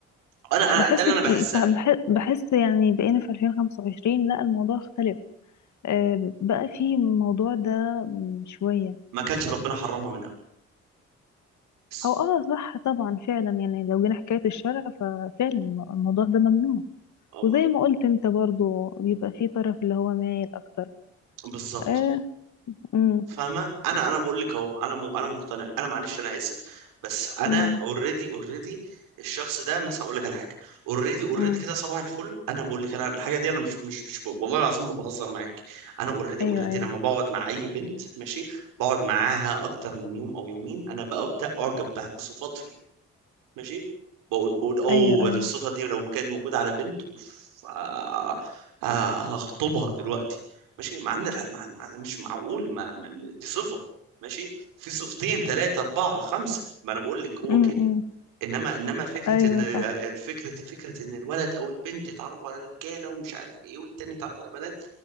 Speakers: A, on the right; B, on the left.
A: انا انا
B: بحس
A: ده اللي انا بحسها
B: بح- بحس يعني بقينا في 2025 لا الموضوع اختلف آه، بقى في الموضوع ده مم، شوية
A: ما كانش ربنا حرمها من اول بس
B: هو اه صح طبعا فعلا يعني لو جينا حكاية الشرع ففعلا الم- الموضوع ده ممنوع
A: أو ما-
B: وزي ما قلت انت برضو بيبقى في طرف اللي هو مايل اكتر
A: بالظبط
B: اه امم
A: فاهمه انا انا بقول لك اهو انا م... انا مقتنع انا معلش انا اسف بس انا
B: امم
A: اوريدي اوريدي الشخص ده مثلا اقول لك على حاجه اوريدي اوريدي
B: امم
A: كده صباح الفل انا بقول لك انا الحاجه دي انا مش مش مش والله العظيم ما بهزر معاك انا اوريدي اوريدي
B: ايوه ايوه
A: لما بقعد مع اي بنت ماشي بقعد معاها اكتر من يوم او يومين انا ببدا اعجب ب- بصفات فيها ماشي بقول بقول اوه
B: ايوه ايوه
A: الصفة دي لو ما كانت موجودة على بنت اوف آه، آه، هخطبها دلوقتي ماشي مع ان لا، مع مع- مش معقول ما ما- ما- دي صفة ماشي في صفتين ثلاثة أربعة خمسة ما أنا بقول لك هو
B: امم
A: كده
B: امم
A: إنما إنما فكرة
B: ايوه
A: إن آه،
B: صح
A: فكرة فكرة إن الولد أو البنت يتعرفوا على رجالة ومش عارف إيه والتاني يتعرف على بنات